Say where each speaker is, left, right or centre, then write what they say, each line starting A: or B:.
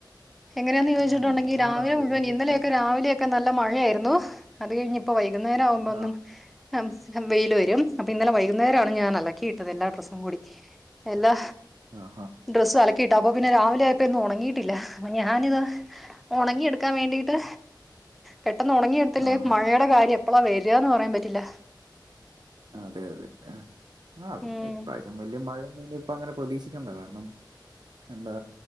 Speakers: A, in the centre; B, on the right.
A: എങ്ങനെയാന്ന് ചോദിച്ചിട്ടുണ്ടെങ്കി
B: ആഹ് അതാ
A: രാവിലെ
B: പറഞ്ഞെ ആ വേനൽക്കാലം
A: മുഴുവൻ ഇന്നലെയൊക്കെ രാവിലെയൊക്കെ നല്ല മഴയായിരുന്നു അത് കഴിഞ്ഞിപ്പ വൈകുന്നേരാവുമ്പോന്നും
B: ആഹ്
A: അം വെയില് വരും അപ്പൊ ഇന്നലെ വൈകുന്നേരാണ് ഞാൻ അലക്കിയിട്ടത് എല്ലാ ഡ്രസ്സും കൂടി എല്ലാ
B: ആഹ് ഹാ
A: ഡ്രസ്സ് അലക്കിയിട്ട് അപ്പൊ പിന്നെ രാവിലായപ്പോന്ന് ഉണങ്ങിയിട്ടില്ല ഞാനിത് ഒണങ്ങി എടുക്കാൻ വേണ്ടിട്ട് പെട്ടെന്ന് ഒണങ്ങിയെടുത്തില്ലേ
B: ആഹാ
A: മഴയുടെ കാര്യ എപ്പഴാ വരാന്ന് പറയാൻ പറ്റില്ല
B: അതെ അതെ ആഹ് ആഹ് പിന്നെ
A: ഉം
B: ഇപ്രാവശ്യം വല്യ മഴയൊന്നും ഇപ്പങ്ങനെ പ്രതീക്ഷിക്കണ്ട കാരണം എന്താ